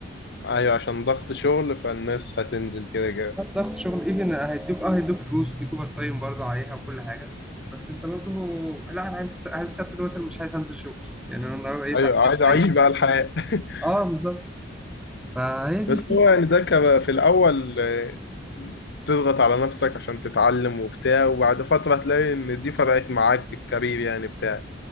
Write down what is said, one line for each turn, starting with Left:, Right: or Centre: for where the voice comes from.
Left: ايوه عشان ضغط شغل فالناس هتنزل كده كده
Centre: لا ضغط شغل ايفن هيدوك اه هيدوك فلوس وديك اوفر تايم برضه عليها وكل حاجه بس انت برضه لا انا عايز عايز السبت ده مثلا مش عايز انزل شغل يعني انا النهارده ايه
Left: ايوه
Centre: تعب، عايز
Left: عايز اعيش
Centre: اريح
Left: بقى الحياة <laughs>
Centre: اه بالظبط فهي دي
Left: بس
Centre: الفكره
Left: هو يعني ده كان في الاول آه، تضغط على نفسك عشان تتعلم وبتاع وبعد فترة هتلاقي ان دي فرقت معاك في الكارير يعني بتاع